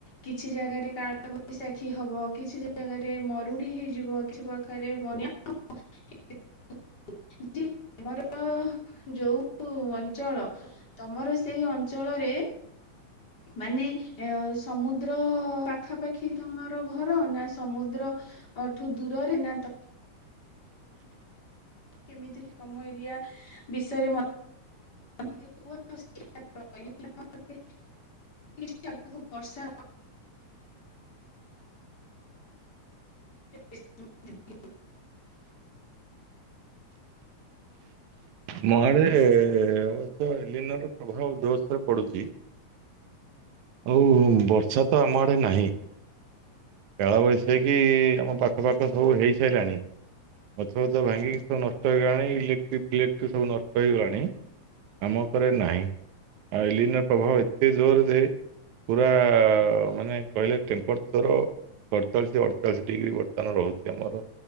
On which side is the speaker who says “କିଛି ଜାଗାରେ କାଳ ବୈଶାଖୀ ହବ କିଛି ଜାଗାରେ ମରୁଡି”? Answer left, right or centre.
Left